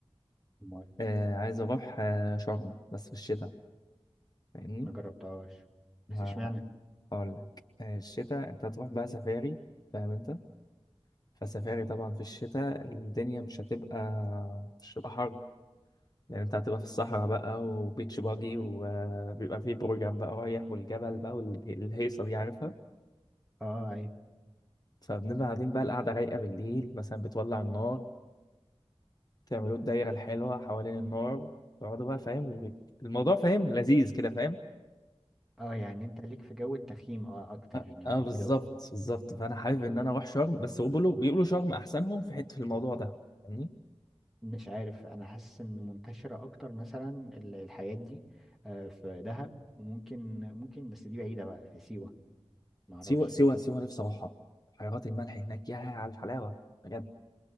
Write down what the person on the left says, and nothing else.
آه، عايز اروح آه، شرم بس في الشتاء فاهمني
ما
اقول لك آه، الشتاء انت هتروح بقى سفاري فاهم انت فسفاري طبعا في الشتاء الدنيا مش هتبقى مش هتبقى حر لان انت هتبقى في الصحراء بقى وبيتش باجي وبيبقى فيه بروجرام بقى رايح والجبل بقى والهيصه دي عارفها
فبنبقى قاعدين بقى القعده رايقه بالليل مثلا بتولع النار تعملوا الدايره الحلوه حوالين النار تقعدوا بقى فاهم الموضوع فاهم لذيذ كده فاهم
اه
آه،
بالظبط
بالظبط فانا حابب ان انا اروح شرم بس هو بيقولوا بيقولوا شرم احسنهم في حته في الموضوع ده فاهمني
سيوه سيوه سيوه نفسي اروحها بحيرات الملح هناك يا على الحلاوه بجد